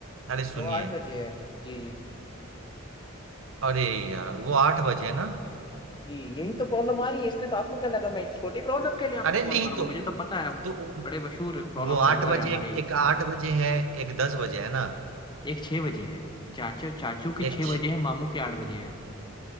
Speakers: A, on the right; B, on the left.
A: अरे सुनिए
B: वो आठ बजे है जी जी
A: अरे यार वो आठ बजे है ना
B: जी यही तो प्रॉब्लम आ रही है इसलिए तो आपको क्या लगा मैं छोटी प्रॉब्लम के लिए आपको
A: अरे नहीं
B: कॉल करूंगा
A: तो
B: मुझे तो पता है आप
A: तो
B: बड़े मशहूर प्रॉब्लम
A: वो आठ
B: सॉल्वर
A: बजे
B: है हमारे
A: एक, एक आठ बजे है एक दस बजे है ना
B: एक छह बजे है चाचू चाचू की
A: एक
B: छह बजे है मामू की आठ बजे है